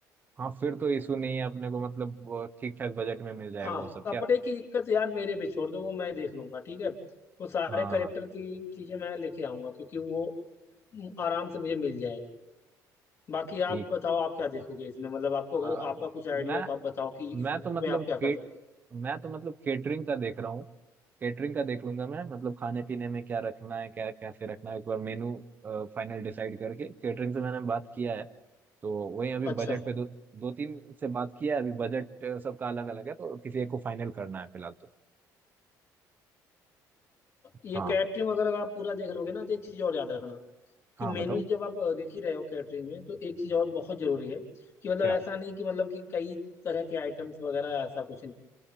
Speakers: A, on the right (about 25°); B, on the left (about 40°).
A: हाँ फिर तो इशू नहीं है अपने को मतलब ठीक ठाक बजट में मिल जाएगा
B: हाँ
A: वो सब
B: कपड़े
A: क्या
B: की दिक्कत यार मेरे पे छोड़ दो वो मैं देख लूंगा ठीक है वो सारे
A: हाँ
B: करेक्टर
A: हाँ
B: की चीजें मैं लेके आऊंगा क्योंकि वो म, आराम से मुझे मिल जाएगी बाकी
A: ठीक
B: आप बताओ आप क्या देखोगे इसमें मतलब आपको
A: आ,
B: अगर आपका कुछ आइडिया
A: मैं
B: हो तो आप बताओ कि इस
A: मैं
B: इवेंट
A: तो मतलब
B: में आप क्या
A: केट
B: कर सकते
A: मैं तो मतलब केटरिंग का देख रहा हूँ केटरिंग का देख लूंगा मैं मतलब खाने पीने में क्या रखना है क्या कैसे रखना है एक बार मेनू फाइनल डिसाइड करके केटरिंग से मैंने बात किया है तो वही अभी
B: हो अच्छा
A: बजट पे दो दो तीन से बात किया है अभी बजट सबका अलग अलग है तो किसी एक को फाइनल करना है फिलहाल तो
B: ये
A: हाँ
B: कैटरिंग वगैरह का आप पूरा देख लोगे ना तो एक चीज और याद रखना कि
A: हाँ
B: मेनू
A: बताओ
B: जब आप देख ही रहे हो कैटरिंग में तो एक चीज और बहुत जरूरी है कि मतलब
A: क्या
B: ऐसा नहीं कि मतलब कि कई तरह के आइटम्स वगैरह ऐसा कुछ नहीं